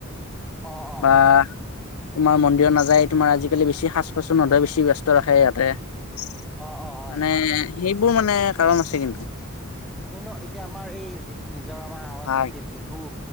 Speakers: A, in the centre; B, on the left (about 80°).
A: অ', অ',
B: বা তোমাৰ মন্দিৰত নাযায়, তোমাৰ আজিকালি বেছি সাজ কচু নধয় বেছি ব্যস্ত ৰাখে ইয়াতে মানে
A: অ', অ', হয়।
B: সেইবোৰ মানে কাৰণ আছে কিন্তু
A: কিন্তু এতিয়া আমাৰ এই যি নিজৰ আমাৰ সাংস্কৃতিক
B: হয়
A: বিহু।